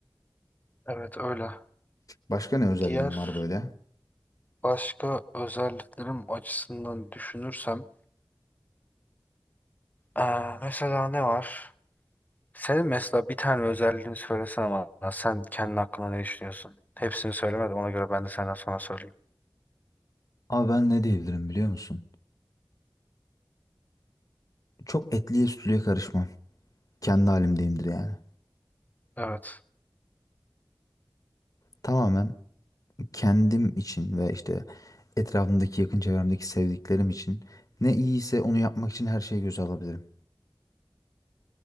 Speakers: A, on the left; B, on the left.
A: Evet öyle.
B: Başka ne özelliğim
A: Diğer
B: var böyle?
A: başka özelliklerim açısından düşünürsem eee, mesela ne var? Senin mesela bir tane özelliğini söylesene bana. Sen kendi hakkında ne düşünüyorsun? Hepsini söylemedim. Ona göre ben de senden sonra söyleyeyim.
B: Abi ben ne diyebilirim biliyor musun? Çok etliye sütlüye karışmam. Kendi halimdeyimdir yani.
A: Evet.
B: Tamamen kendim için ve işte etrafımdaki yakın çevremdeki sevdiklerim için ne iyiyse onu yapmak için her şeyi göze alabilirim.